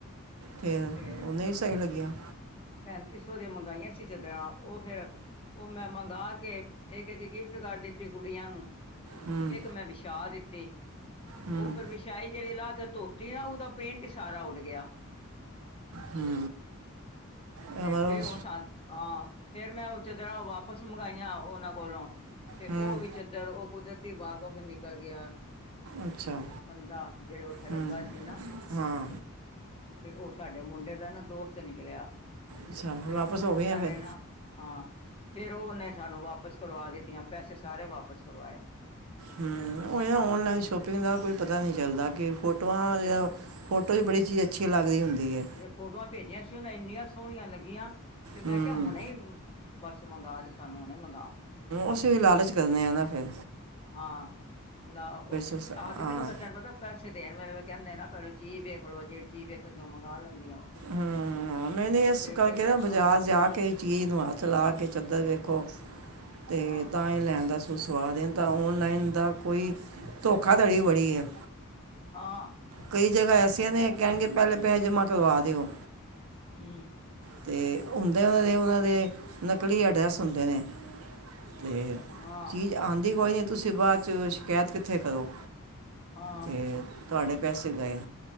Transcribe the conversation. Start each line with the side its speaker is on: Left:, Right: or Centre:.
Right: ਫੇਰ,
Left: ਤੇ
Right: ਉਹ ਨਹੀਂ ਸਹੀ ਲੱਗੀਆਂ।
Left: ਪੈਂਤੀ ਸੌ ਦੀਆਂ ਮੰਗਾਈਆਂ ਸੀ, ਚਦਰਾਂ ਉਹ ਫੇਰ। ਉਹ ਮੈਂ ਮੰਗਾ ਕੇ ਇੱਕ, ਇੱਕ ਗਿਫਟ ਕਰ ਦਿੱਤੀ ਕੁੜੀਆਂ ਨੂੰ।
Right: ਹੂੰ
Left: ਇੱਕ ਮੈਂ ਵਿਛਾ ਦਿੱਤੀ।
Right: ਹੂੰ
Left: ਉਹ ਫਿਰ ਵਿਛਾਈ ਜਿਹੜੀ ਲਾਹ ਕੇ ਧੋਤੀ ਨਾ, ਉਹਦਾ ਪ੍ਰਿੰਟ ਸਾਰਾ ਉੱਡ ਗਿਆ।
Right: ਹੂੰ ਇਹ
Left: ਤੇ
Right: ਮਤਲਬ
Left: ਫੇਰ ਹੁਣ ਹਾਂ, ਫੇਰ, ਮੈਂ ਉਸੇ ਤਰ੍ਹਾਂ ਵਾਪਸ ਮੰਗਵਾਾਈਆਂ ਉਹਨਾਂ ਕੋਲੋਂ। ਤੇ
Right: ਹੂੰ
Left: ਉਹ ਵਿਚੱਧਰ, ਉਹ ਕੁਦਰਤੀ ਵਾਕਫ ਨਿਕਲ ਗਿਆ।
Right: ਅੱਛਾ।
Left: ਬੰਦਾ, ਜਿਹੜੇ ਉੱਥੇ ਲੱਗਾ
Right: ਹੂੰ
Left: ਸੀ ਨਾ।
Right: ਹਾਂ।
Left: ਤੇ ਉਹ ਸਾਡੇ ਮੁੰਡੇ ਦਾ ਨਾ ਦੋਸਤ ਤੇ ਨਿਕਲਿਆ,
Right: ਅੱਛਾ
Left: ਫਿਰ
Right: ਵਾਪਸ
Left: ਉਹਨਾਂ
Right: ਹੋ ਗਏ ਆ ਫਿਰ
Left: ਨੇ ਨਾ। ਹਾਂ, ਫੇਰ ਉਹ ਉਹਨੇ ਸਾਨੂੰ ਵਾਪਿਸ ਕਰਵਾ ਦਿੱਤੀਆਂ ਪੈਸੇ ਸਾਰੇ ਵਾਪਿਸ ਕਰਵਾਏ।
Right: ਹਮ ਉਹ ਇਹ ਔਨਲਾਈਨ ਸ਼ੋਪਿੰਗ ਦਾ ਕੋਈ ਪਤਾ ਨਹੀਂ ਚੱਲਦਾ ਕਿ ਫੋਟੋਆਂ ਜਾਂ। ਫੋਟੋ ਵੀ ਬੜੀ ਚੀਜ਼ ਅੱਛੀ ਲੱਗਦੀ ਹੁੰਦੀ ਹੈ।
Left: ਜੇ ਫੋਟੋਆਂ ਭੇਜੀਆਂ ਸੀ ਉਹਨ ਇੰਨੀਆਂ ਸੋਹਣੀਆਂ ਲੱਗੀਆਂ, ਤੇ ਮੈਂ
Right: ਹੂੰ
Left: ਕਿਹਾ ਹੁਣੇ ਹੀ। ਬਸ ਮੰਗਾ ਜਾ, ਸਾਨੂੰ ਹੁਣੇ ਮੰਗਾ।
Right: ਅਸੀਂ ਵੀ ਲਾਲਚ ਕਰਨਦੇ ਆ ਨਾ ਫੇਰ
Left: ਹਾਂ, ਲਾ,
Right: ਉਸ-
Left: ਆਦਮੀ
Right: ਹਾਂ
Left: ਤੇ ਫੇਰ ਤੁਹਾਨੂੰ ਪਤਾ। ਪੈਸੇ ਦੇਣ ਵੇਲੇ ਕਹਿੰਦੇ ਨਾ ਪਹਿਲ ਚੀਜ਼ ਵੇਖਲੋ, ਜਿਹੜੀ ਚੀਜ਼ ਵੇਖਦੀ ਉਹ ਮੰਗਵਾ ਲੈਂਦੀ ਉਹ
Right: ਹੂੰ ਨਹੀਂ ਨਹੀਂ,
Left: ਤੇ
Right: ਇਸ
Left: ਫਿਰ
Right: ਕਰਕੇ
Left: ਫਿਰ
Right: ਨਾ ਬਾਜ਼ਾਰ
Left: ਹਾਂ
Right: ਜਾ ਕੇ, ਚੀਜ਼ ਨੂੰ ਹੱਥ ਲ ਕੇ ਚਾਦਰ ਵੇਖੋ ਤੇ
Left: ਹਾਂ
Right: ਤਾਂ ਹੀ ਲੈਣ ਦਾ ਸੂ ਸਵਾ ਦੇ, ਤਾਂ ਔਨਲਾਈਨ ਦਾ ਕੋਈ ਧੋਖਾਧੜੀ ਬੜੀ ਹੈ।
Left: ਹਾਂ।
Right: ਕਈ ਜਗ੍ਹਾ ਐਸੀਆਂ ਨੇ ਕਹਿਣਗੇ, ਪਹਿਲੇ ਪੈਸੇ ਜਮ੍ਹਾਂ ਕਰਵਾ ਦਿਓ।
Left: ਹਮ
Right: ਅਤੇ ਹੁੰਦ ਉਹ ਦੇ ਉਹਨਾਂ ਦੇ, ਨਕਲੀ ਐਡਰੈਸ ਹੁੰਦੇ ਨੇ, ਅਤੇ
Left: ਹਾਂ।
Right: ਤੇ ਆਉਂਦੀ ਕੋਈ ਨਹੀਂ ਤੁਸੀਂ ਬਾਅਦ ਚ ਸ਼ਿਕਾਇਤ ਕਿੱਥੇ ਕਰੋ।
Left: ਹਾਂ
Right: ਅਤੇ ਤੁਹਾਡੇ ਪੈਸੇ ਗਏ।